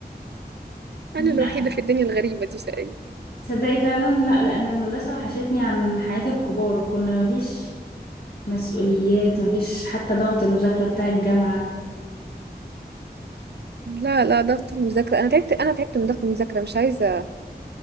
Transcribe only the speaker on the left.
لا
تصدقي فعلا لا لان المدرسة وحشتني عن حياة الكبار كنا مفيش مسؤوليات مفيش حتى ضغط المذاكرة بتاع الجامعة